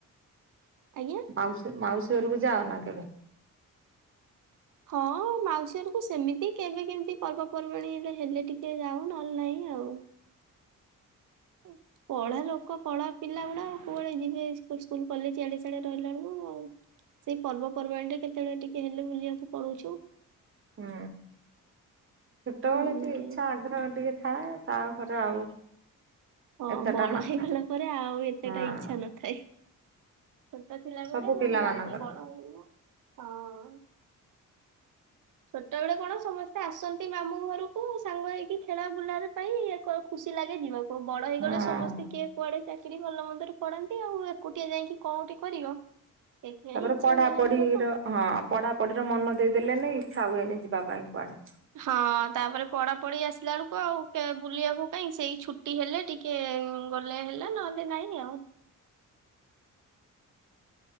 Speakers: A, on the right; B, on the right.
A: ଆଜ୍ଞା।
B: ମାଉସୀ ମାଉସୀ ଘର କୁ ଯାଅ ନା କେବେ?
A: ହଁ ମାଉସୀ ଘରକୁ ସେମିତି କେବେ କେମିତି ପର୍ବପର୍ବାଣୀ ହେଲେ ଟିକେ ଯାଉ ନହେଲେ ନାହିଁ ଆଉ। ଉଁ। ପଢା ଲୋକ ପଢା ପିଲା ଗୁଡା ଆଉ କୁଆଡେ ଯିବେ ସ୍କୁଲ ସ୍କୁଲ୍ କଲେଜ ଇଆଡେ ସିଆଡେ ରହିଲା ଳକୁ। ସେଇ ପର୍ବପର୍ବାଣିରେ କେତେବେଳେ ଟିକେ ହେଲେ ବୁଲିବାକୁ ପଳଉଛୁ।
B: ହୁଁ ଛୋଟ
A: ହୁଁ
B: ବେଳୁ କିଏ
A: କେ
B: ଇଚ୍ଛା ଆଗ୍ରହ ଇଛା ହେବା ଟିକେ ଥାଏ ତାପରେ ଆଉ
A: ହଁ
B: ଏତେଟା
A: ବଡ
B: ନଥାଏ
A: ହେଇଗଲା ପରେ ଆଉ ଏତେଟା
B: ହଁ
A: ଇଚ୍ଛା ନଥାଏ। ଛୋଟ ଥିଲା
B: ସବୁ
A: ବେଳେ ଯାଆନ୍ତି
B: ପିଲା ମାନଙ୍କର
A: ବଡ ହେଇନା ହଁ। ଛୋଟ ବେଳେ କଣ ସମସ୍ତେ ସେ ଆସନ୍ତି ମାମୁଁ ଘରକୁ ସାଙ୍ଗ ହେଇକି ଖେଳା ବୁଲାରେ ପାଇଁ ଏକ ଖୁସି ଲାଗେ ଯିବାକୁ। ଓ ବଡ ହେଇଗଲେ
B: ହଁ
A: ସମସ୍ତେ କିଏ କୁଆଡେ ଚା କିରି ଭଲ ମନ୍ଦରେ ପଡାନ୍ତି ଆଉ ଏକୁଟିଆ ଯାଇକି କଉଁଠି କରିବ। ଏବେ
B: ତାପରେ
A: ଇଚ୍ଛା
B: ପଢାପଢିର
A: ହୁଏନେ ଯିବା କୁ।
B: ହଁ ପଢାପଢିରେ ମନ ଦେଇଦେଲେନି ଇଚ୍ଛା ହୁଏନି ଯିବା ପାଇଁ କୁଆଡେ।
A: ହଁ ତାପରେ ପଢା ପଢି ଆସିଲା ବେଳକୁ ଆଉ କେ ବୁଲିବାକୁ କାଇହିଁ ସେଇ ଛୁଟି ହେଲେ ଟି କିଏ ଗଲେ ହେଲା ନହେଲେ ନାଇଁ ଆଉ।